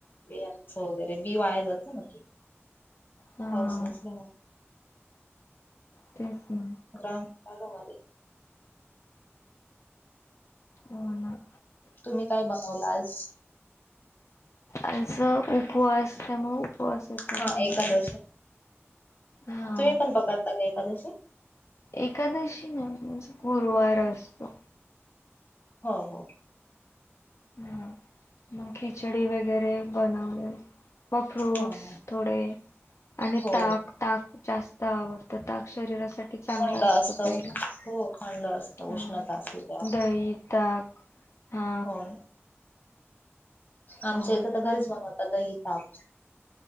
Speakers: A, on the left (about 45°); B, on the left (about 75°).
A: बियांचं वगैरे बी वाया जातं ना ते
B: हा
A: पाऊस नसल्यामुळं,
B: तेच ना
A: ग्रामीण भागामध्ये
B: हो ना
A: तुम्ही काय बनवला आज?
B: आज उपवास त्यामुळे उपवासाचं
A: हा
B: बनवलं.
A: एकादशी
B: हा
A: तुम्ही पण पकडता का एकादशी?
B: एकादशी नाही पण माझा गुरुवार असतो.
A: हो हो
B: हा मग खिचडी वगैरे बनवले. व फ्रूट्स
A: हो हो
B: थोडे, आणि
A: हो
B: ताक ताक जास्त आवडतं ताक शरीरासाठी चांगलं
A: थंड
B: असतं
A: असत
B: प्यायला
A: हो थंड असत
B: हा
A: उष्णता असली तेव्हा
B: दही, ताक हा
A: हो ना. आमच्या
B: हो
A: इथं तर घरीच बनवतात. दही, ताक